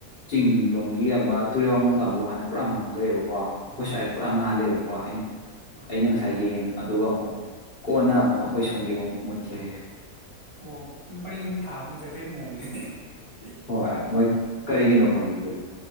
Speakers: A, on the left (about 45°); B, on the left (about 20°).
A: ꯆꯤꯡꯂꯣꯝꯒꯤ ꯑꯃ ꯇꯨꯔꯦꯜ ꯋꯥꯡꯉꯨ ꯀꯥꯡꯕꯨꯨ ꯍꯥꯟꯅ ꯄꯨꯔꯛꯃꯝꯒ꯭ꯔꯦꯕꯀꯣ ꯑꯩꯈꯣꯏ ꯁ꯭ꯋꯥꯏꯗ ꯄꯨꯔꯥ
B: ꯑꯥ
A: ꯉꯥꯜꯂꯦꯕꯀꯣ ꯑꯩꯅ
B: ꯑꯥ
A: ꯑꯩꯅ ꯉꯁꯥꯏ
B: ꯑꯥ
A: ꯌꯦꯡꯉꯦ ꯑꯗꯨꯒ ꯑꯃꯨꯛ ꯀꯣꯟꯅ ꯑꯃꯨꯛ ꯑꯩꯈꯣꯏ ꯁꯣꯝꯒꯤ ꯑꯃꯨꯛ ꯃꯨꯠꯈꯤ
B: ꯑꯣ ꯄꯔꯦꯡ ꯁꯨꯝ <unintelligible>
A: ꯍꯣꯏ ꯃꯣꯏ
B: ꯎꯝ
A: ꯀꯔꯤꯒꯤꯅꯣ ꯈꯪꯗꯦ